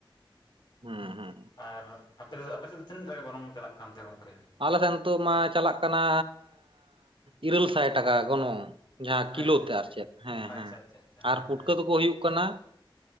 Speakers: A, on the right; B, on the left.
A: ᱦᱩᱸ ᱦᱩᱸ᱾
B: ᱟᱨ ᱟᱯᱮ ᱫᱚ ᱟᱯᱮ ᱥᱮᱫ ᱫᱚ ᱛᱤᱱᱟᱹᱜ ᱴᱟᱠᱟ ᱜᱚᱱᱚᱝ ᱪᱟᱞᱟᱜ ᱠᱟᱱᱛᱮ ᱜᱚᱝᱠᱮ?
A: ᱟᱞᱮ ᱥᱮᱫ ᱱᱤᱛᱚᱜ ᱢᱟ ᱪᱟᱞᱟᱜ ᱠᱟᱱᱟ ᱤᱨᱟᱹᱞ ᱥᱟᱭ ᱴᱟᱠᱟ ᱜᱚᱱᱚᱝ᱾ ᱡᱟᱦᱟᱸ ᱠᱤᱞᱳᱛᱮ
B: ᱟᱪᱪᱷᱟ ᱟᱪᱪᱷᱟ
A: ᱟᱨ ᱪᱮᱫ, ᱦᱮᱸ
B: ᱟᱪᱪᱷᱟ
A: ᱦᱮᱸ,
B: ᱟᱪᱪᱷᱟ ᱟᱪᱪᱷᱟ ᱦᱮᱸ
A: ᱟᱨ ᱯᱩᱴᱠᱟᱹ
B: ᱦᱮᱸ
A: ᱫᱚᱠᱚ ᱦᱩᱭᱩᱜ ᱠᱟᱱᱟ,